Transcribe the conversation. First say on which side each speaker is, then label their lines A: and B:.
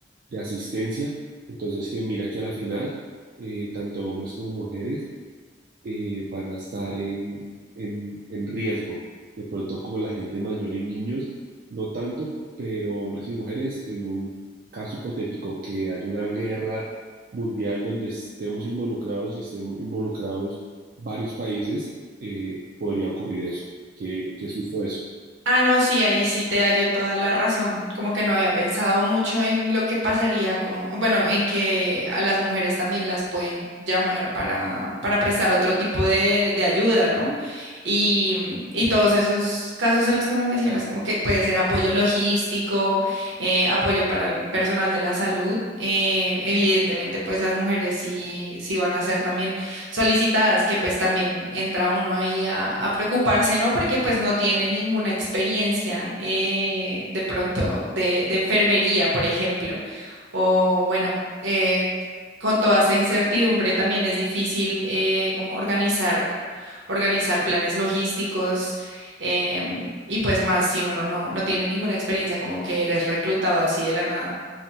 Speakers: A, on the right; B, on the right.
A: de asistencia. Entonces, que mira que a la final, eh, tanto hombres como mujeres eh, van a estar en, en, en riesgo. De pronto, como la gente mayor y niños, no tanto, pero hombres y mujeres, en un caso hipotético que haya una guerra mundial donde estemos involucrados y estén involucrados varios países, eh, podría ocurrir eso. Qué, qué susto eso.
B: Ah, no, sí, ahí sí te hallo toda la razón. Como que no había pensado mucho en lo que pasaría con, bueno, en que a las mujeres también las pueden llamar para, para prestar otro tipo de, de ayuda, ¿no? Y, y todos esos casos en los que me mencionas, como que puede ser apoyo logístico, eh, apoyo para el personal de la salud. eh, evidentemente, pues las mujeres sí, sí van a ser también solicitadas, que pues también entra uno ahí a, a preocuparse, ¿no? Porque pues no tiene ninguna experiencia eh, de pronto de, de enfermería, por ejemplo. O bueno, eh, con toda esta incertidumbre también es difícil eh, como organizar, organizar planes logísticos em, y pues más si uno no, no tiene ninguna experiencia, como que eres reclutado así de la nada.